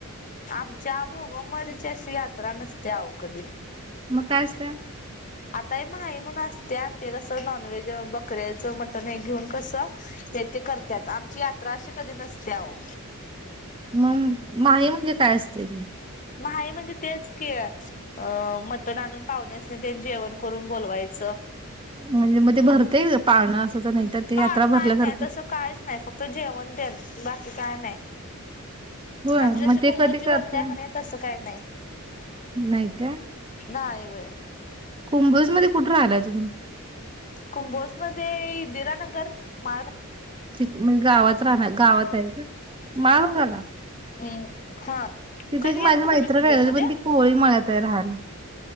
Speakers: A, on the left (about 35°); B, on the right (about 25°).
A: आमच्या भोगंमरीची अशी यात्रा नसते अवं कदी.
B: मग काय असतंय?
A: आता हे माही म्हणून असत्या. ते कसं नॉनव्हेज, बकऱ्याचं मटण हे घेऊन कसं त्यात ते करत्यात. आमची यात्रा अशी कधी नसती आवो.
B: मग माही म्हणजे काय असतंय ते?
A: माही म्हणजे तेच की अ, मटण आणून पावण्यासनी ते जेवण करून बोलवायचं.
B: म्हणजे मग ते भरतयं व्हय, पाळणा असायचा नाहीतर ते
A: पा
B: यात्रा
A: नाही
B: भरल्यासारखं.
A: नाही तसं कायच नाय फक्त जेवण तेनं, बाकी काय नाय.
B: होय
A: आमची जशी
B: मग ते
A: कुंभोजची
B: कधी करताय?
A: भरत्या कनी, तसं काय नाय.
B: नाय का.
A: नाय वय.
B: कुंभज मध्ये कुठं रहायलाय तुम्ही?
A: कुंभोज मध्ये इंदिरा नगर माळ घा
B: तिथ गावात राहणार गावात आहे का? माळ गाला.
A: हम्म <inaudible> हा <inaudible> कधी
B: एक माझी
A: गेलता
B: मैत्रीण
A: तुम्ही कुंभोज
B: राहिलेली
A: मध्ये?
B: पण ती कोळी मळ्यात हाय राहायला.